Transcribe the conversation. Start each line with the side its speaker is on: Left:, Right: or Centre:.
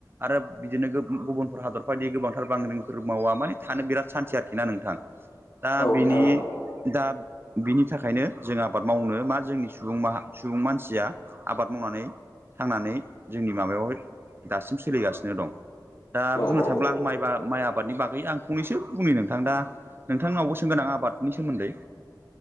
Right: आरो बिदिनो गुबुनफोर हादर बायदि गोबांथार बांग्रिफोर मावा माने थानो बिराद सान्थि आरो खिना नोंथां दा
Left: औ नोंथां
Right: बिनि
Left: औ
Right: दा बिनि थाखायनो जों आबाद मावनो बा जोंनि सुबुं माहा सुबुं मानसिया आबाद मावनानै थांनानै जोंनि माबायावहाय दासिम सोलिगासिनो दं दा बुंनो
Left: औ औ
Right: थाङोब्ला आं माइ माइ आबादनि बागै आं फंनैसो बुंनो नोंथां दा नोंथांनावबो सोंगोन आं आबादनि सोमोन्दै